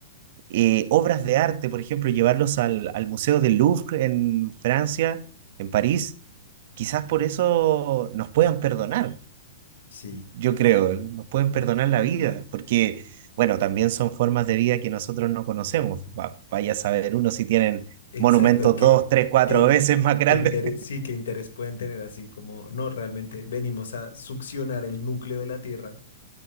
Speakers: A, on the right; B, on the left.
A: Eh, obras de arte, por ejemplo, llevarlos al, al Museo del Louvre en Francia, en París, quizás por eso nos puedan perdonar
B: Sí,
A: yo creo, nos pueden perdonar la vida, porque, bueno, también son formas de vida que nosotros no conocemos. Va- vaya a saber uno si tienen
B: exacto.
A: monumentos
B: ¿Qué,
A: dos, tres, cuatro
B: qué,
A: veces más grandes.
B: qué interés, sí, qué interés pueden tener así como, no, realmente venimos a succionar el núcleo de la Tierra,